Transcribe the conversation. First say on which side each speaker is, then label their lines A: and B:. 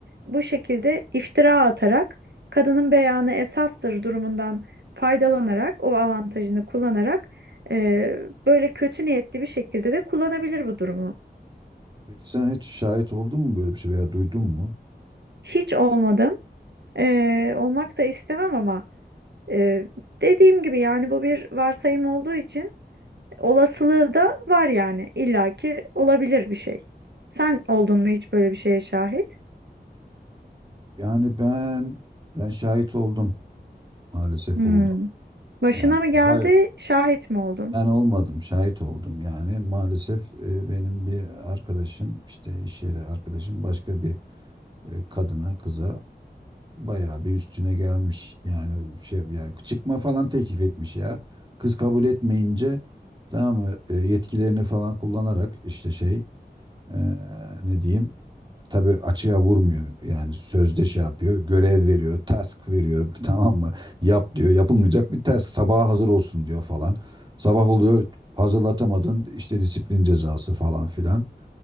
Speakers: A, on the right; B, on the right.
A: bu şekilde iftira atarak kadının beyanı esastır durumundan faydalanarak, o avantajını kullanarak e, böyle kötü niyetli bir şekilde de kullanabilir bu durumu.
B: Peki sen hiç şahit oldun mu böyle bir şey veya duydun mu?
A: Hiç olmadım. E, olmak da istemem ama e, dediğim gibi yani bu bir varsayım olduğu için olasılığı da var yani. İlla ki olabilir bir şey. Sen oldun mu hiç böyle bir şeye şahit?
B: Yani ben ben şahit oldum. Maalesef
A: Hmm.
B: oldum.
A: Başına
B: Yani
A: mı
B: bayağı
A: geldi, şahit mi oldun?
B: ben olmadım şahit oldum. Yani maalesef e, benim bir arkadaşım işte iş yeri arkadaşım başka bir e, kadına kıza bayağı bir üstüne gelmiş. Yani şey ya çıkma falan teklif etmiş ya. Kız kabul etmeyince tamam mı e, yetkilerini falan kullanarak işte şey e, ne diyeyim tabii açığa vurmuyor. Yani sözde şey yapıyor. Görev veriyor. Task veriyor. <laughs> Tamam mı? Yap diyor. Yapılmayacak bir task. Sabaha hazır olsun diyor falan. Sabah oluyor. Hazırlatamadın. işte disiplin cezası falan filan.